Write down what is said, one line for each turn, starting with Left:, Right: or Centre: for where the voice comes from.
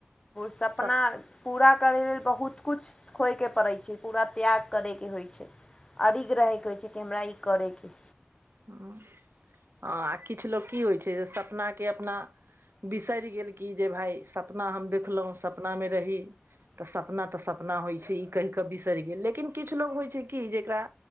Left: सपना
Right: सप
Left: पूरा करै लेल बहुत कुछ खोइके पड़ै छै पूरा त्याग करैके होइ छै अरिघ रहैके होइ छै हमरा ई करैके
Right: हँ आ किछु लोक की होइ छै जे सपनाके अपना बिसरि गेल कि जे भाय सपना हम देखलहुँ सपनामे रही तऽ सपना तऽ सपना होइ छै ई कहि कऽ बिसरि गेल लेकिन किछु लोक होइ छै की जकरा